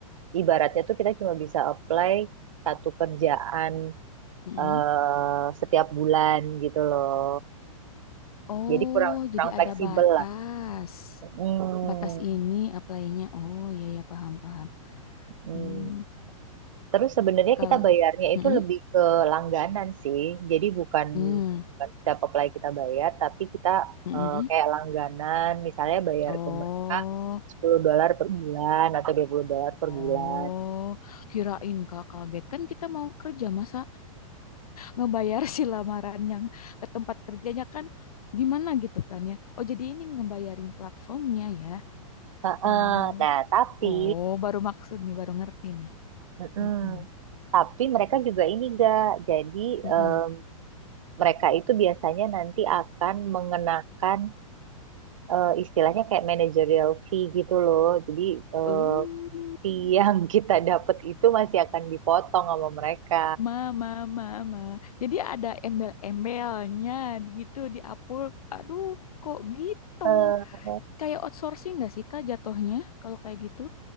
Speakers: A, on the right; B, on the left.
A: ibaratnya tuh kita cuma bisa apply satu kerjaan
B: Mm-mm.
A: eh, setiap bulan gitu loh.
B: Oh,
A: Jadi kurang
B: jadi
A: kurang fleksibel
B: ada batas.
A: lah. Hmm,
B: Batas ini apply-nya. Oh, iya, iya, paham, paham.
A: hmm.
B: Hmm.
A: Terus sebenarnya
B: Kalau...
A: kita bayarnya itu
B: Mm-mm.
A: lebih ke langganan sih. Jadi bukan
B: Mm.
A: bukan setiap apply kita bayar, tapi kita
B: Mm-mm.
A: eh, kayak langganan, misalnya bayar
B: Oh,
A: ke mereka 10 dolar per bulan atau 20 dolar per
B: oh.
A: bulan.
B: Kirain Kak kaget. Kan kita mau kerja, masa... ngebayar si lamaran yang ke tempat kerjanya kan gimana gitu kan ya. Oh jadi ini ngebayarin platformnya ya.
A: Heeh.
B: Oh,
A: Nah, tapi
B: oh baru maksud nih, baru ngerti nih.
A: Mm-mm.
B: Heeh.
A: Tapi mereka juga ini gak, jadi
B: Heeh.
A: em, mereka itu biasanya nanti akan mengenakan eh, istilahnya kayak managerial fee gitu loh. Jadi eh,
B: Eh,
A: fee yang <laughs> kita dapat itu masih akan dipotong sama mereka.
B: ma, ma, ma, ma. Jadi ada embel-embelnya gitu di Upwork. Aduh, kok gitu?
A: Eh,
B: Kayak outsourcing nggak sih Kak jatuhnya kalau kayak gitu?